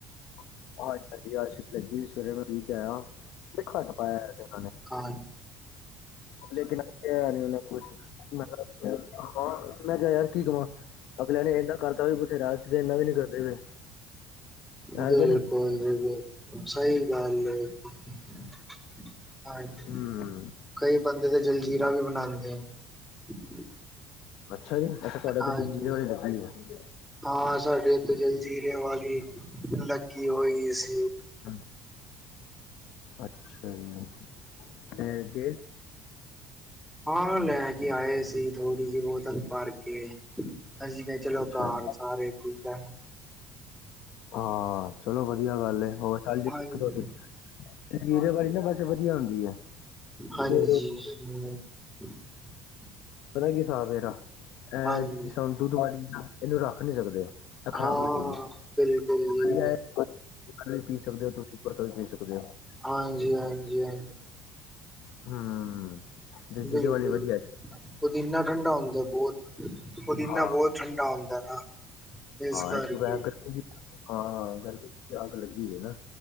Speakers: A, on the left (about 70°); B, in the centre.
A: <inaudible>
B: ਹਾਂ
A: ਲੇਕਿਨ ਅ ਉਹਨਾਂ ਕੁਛ ਮੈਂ ਹ ਮੈਂ ਕਿਹਾ ਯਾਰ ਕੀ ਕਵਾਂ? ਅਗਲਿਆਂ ਨੇ ਇਨਾ ਕਰਦਾ ਵੀ ਬਥੇਰਾ ਸੀ। ਤੇ, ਇਨਾ ਵੀ ਨੀ ਕਰਦੇ ਪਏ। ਹੈ
B: ਬਿਲਕੁਲ
A: ਕਿ ਨਹੀਂ
B: ਜੀ, ਬਿਲਕੁਲ ਸਹੀ ਗੱਲ <unintelligible>
A: ਹੂੰ
B: ਕਿਤੇ ਜਲਜੀਰਾ ਵੀ ਬਣਾਉਂਦੇ ਨੇ।
A: ਅੱਛਾ ਜੀ, ਮੈ ਤੁਹਾਡੇ
B: ਹਾਂਜੀ।
A: ਲਈ ਜਲ ਜੀਰੇ ਰੱਖਾਈ ਏ।
B: ਹਾਂ, ਸਾਡੇ ਇਥੇ ਜਲ ਜੀਰਿਆ ਵਾਲੀ ਫੈਕਟਰੀ ਸੀ।
A: <inaudible> <inaudible> ਅੱਛਾ ਜੀ, ਫੇਰ ਗਏ
B: ਆ, ਲੈ ਕੇ ਆਏ ਸੀ, ਥੋੜੀ ਜਿਹੀ ਬੋਤਲ ਭਰ ਕੇ? ਅਸੀਂ ਕਿਹਾ, ਚਲੋ
A: ਅੱਛਾ
B: ਘਰ
A: ਜੀ
B: ਸਾਰੇ ਠੀਕ ਆ।
A: ਹਾਂ, ਚਲੋ ਵਧੀਆ ਗੱਲ, ਹੋਰ ਚੱਲ ਜਾਏਗੀ
B: ਹਾਂਜੀ
A: ਇੱਕ ਦੋ ਦਿਨ, ਵੀਰੇ ਵਾਰੀ ਨਾ ਬਸ ਏ, ਵਧੀਆ ਹੁੰਦੀ ਆ
B: ਹਾਂਜੀ
A: ਤੇ?
B: <inaudible> <unintelligible>
A: ਪਤਾ ਕੀ, ਹਿਸਾਬ ਮੇਰਾ? ਐ
B: ਹਾਂਜੀ।
A: ਸੁੱਟ ਦੋ, ਰੱਖ ਨਈ ਸਕਦੇ, ਖਰਾਬ
B: ਹਾਂ
A: ਹੋਈ
B: ਬਿਲਕੁਲ
A: ਪਈ
B: <inaudible>
A: ਏ?
B: <inaudible>
A: ਕੱਲ, ਵੀ ਪੀ ਸਕਦੇ ਤੁਸੀਂ, ਪਰਸੋਂ ਵੀ ਪੀ ਸਕਦੇ ਹੋ।
B: ਹਾਂਜੀ ਹਾਂਜੀ ਹਾਂਜੀ
A: ਹੂ, ਜਲ ਜੀਰੇੇ
B: ਬਿਲਕੁਲ
A: ਵਾਲੀ, ਵਧੀਆ ਜੇ
B: ਪੁਦੀਨਾ, ਠੰਡਾ ਹੁੰਦਾ ਬਹੁਤ, ਪੁਦੀਨਾ
A: ਹਾਂ
B: ਬਹੁਤ ਠੰਡਾ ਹੁੰਦਾ। ਨਾ ਇਸ
A: ਹਾਂ
B: ਕਰਕੇ
A: ਇੱਕ, ਦੁਪਹਿਰ ਗਰਮੀ ਵੀ ਹੈ, ਹਾਂ ਹਾਂ ਗਰਮੀ ਏ, ਅੱਗ ਲੱਗੀ ਹੈ ਨਾ,